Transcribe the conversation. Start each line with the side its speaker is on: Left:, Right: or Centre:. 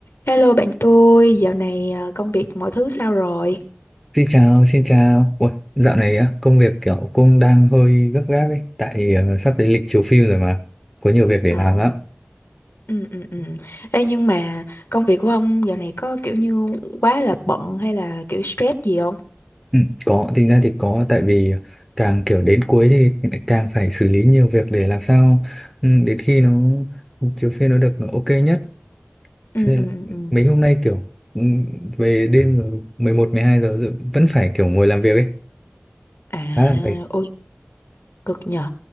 Left: Hello bạn tôi, dạo này ờ, công việc mọi thứ sao rồi?
Centre: Xin chào, xin chào. Ủa, dạo này á, công việc kiểu cũng đang hơi gấp gáp ấy, tại ờ, sắp đến lịch chiếu phim rồi mà, có nhiều việc để
Left: Ờ,
Centre: làm lắm.
Left: ừ, ừ, ừ. Ê, nhưng mà công việc của ông dạo này có kiểu như quá là bận hay là kiểu stress gì không?
Centre: Ừ, có, tính ra thì có, tại vì ờ, càng kiểu đến cuối thì lại càng phải xử lý nhiều việc để làm sao ừ, đến khi nó chiếu phim nó được ok nhất.
Left: Ừ,
Centre: Cho nên
Left: ừ,
Centre: là
Left: ừ. ừ.
Centre: mấy hôm nay kiểu ừ, về đêm rồi, 11, 12 giờ rồi vẫn phải kiểu ngồi làm việc ấy,
Left: À,
Centre: khá là mệt.
Left: ôi, cực nhờ.